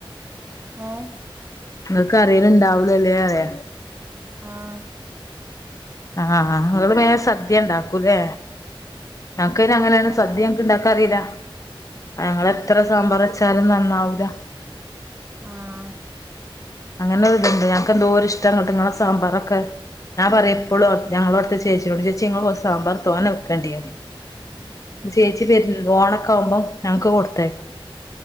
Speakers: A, on the right; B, on the left.
A: ഏഹ്
B: നിങ്ങക്ക് അറിയലണ്ടാവുലുല്ലേ പറയ
A: ആഹ്
B: ആഹ് ആഹ് ആഹ് നിങ്ങള് വേഗം സദ്യ ഉണ്ടാക്കൂല്ലേ ഞങ്ങക്ക് പിന്നെ അങ്ങനെയൊന്നും
A: ആ ആ
B: സദ്യ
A: സ
B: ഇണ്ടാക്കറിയില്ല ഞങ്ങളെത്ര സാമ്പാറ് വെച്ചാലും നന്നാവൂല
A: ആഹ്
B: അങ്ങനൊരിതുണ്ട് ഞങ്ങക്ക് എന്തോരിഷ്ടന്നോ നിങ്ങളെ സാമ്പാറൊക്കെ ഞാൻ പറയും എപ്പളും ഞങ്ങളോടത്തെ ചേച്ചിനോട് ചേച്ചി ഇങ്ങള് കൊറച്ച് സാമ്പാറ് തോന വെക്കാണ്ടിപറയും ചേച്ചി
A: ആഹ്
B: <unintelligible> ഓണക്കാവുമ്പം ഞങ്ങക്ക് കൊടുത്തയക്കും